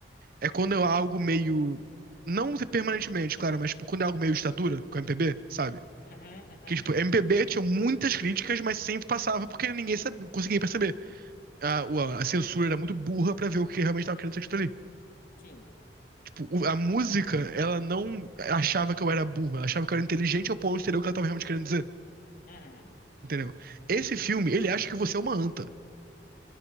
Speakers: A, on the right; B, on the left.
A: É quando
B: Uhum.
A: é algo meio. Não permanentemente, claro, mas tipo, quando é algo meio ditadura, com MPB, sabe?
B: Uhum, uhum.
A: Que, tipo, MPB tinha muitas críticas, mas sempre passava porque ninguém sabe, conseguia perceber. A, o- a censura era muito burra pra ver o que realmente tava querendo ser dito ali.
B: Sim.
A: Tipo, o- a música, ela não achava que eu era burro, ela achava que eu era inteligente ao ponto de entender o que ela tava realmente querendo dizer,
B: Uhum.
A: entendeu? Esse filme, ele acha que você é uma anta.